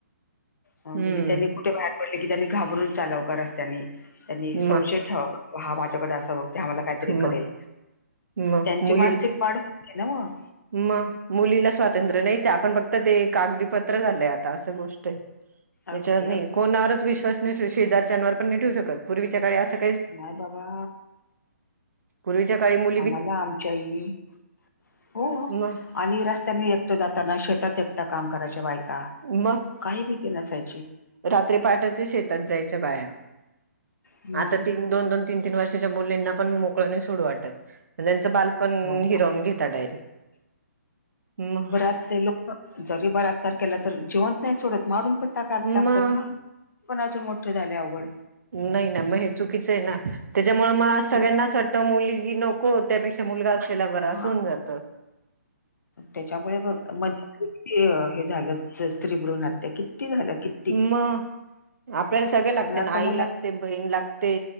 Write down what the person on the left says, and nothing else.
हा
म्हणजे त्यांनी कुठे बाहेर पडले की त्यांनी घाबरून चालाव का रस्त्याने? त्यांनी संशय
ठेवा हा माझ्याकडे असा बघतोय, हा मला काहीतरी करेल.
त्यांची
मानसिक वाढ <unintelligible> ना मग.
अगदी
अगदी
माय बाबा!
आम्हाला आमची आई हो,
आणि रस्त्याने एकट जाताना, शेतात एकट काम करायचे बाय का
काही भीती नसाय
मग
हो.
<unintelligible> जरी बलात्कार केला तर जिवंत नाही सोडत, मारून पण टाका टाकतात
ना, ते पण अजून मोठ झालय अवघड.
खूप
हा
त्याच्यामुळे म <unintelligible> हे झालं स्त्री भ्रूण हत्या किती झाल्या कित
त्यामुळे
आता
मुला